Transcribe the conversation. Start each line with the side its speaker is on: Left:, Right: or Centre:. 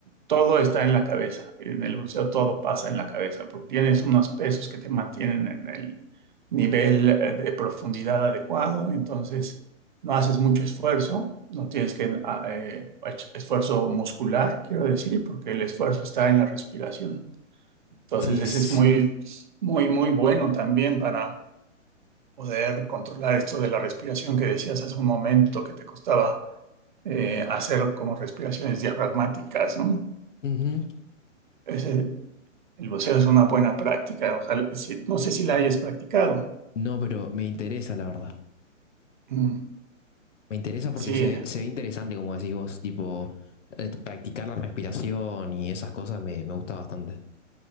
Right: todo está en la cabeza. En el buceo todo pasa en la cabeza, porque tienes unos pesos que te mantienen en el nivel eh, de profundidad adecuado, entonces no haces mucho esfuerzo, no tienes que ah, eh, ech- esfuerzo muscular, quiero decir, porque el esfuerzo está en la respiración. Entonces,
Left: Sí,
Right: ese
Left: sí.
Right: es muy, muy, muy bueno también para poder controlar esto de la respiración que decías hace un momento que te costaba eh, hacer como respiraciones diafragmáticas, ¿no?
Left: Ujú.
Right: Ese- el buceo es una buena práctica, ojalá, si- no sé si la hayas practicado.
Left: No, pero me interesa, la verdad.
Right: Mm,
Left: Me interesa porque
Right: sí,
Left: se, ve- se ve interesante, como decís vos, tipo, eh, practicar la respiración y esas cosas me, me gusta bastante.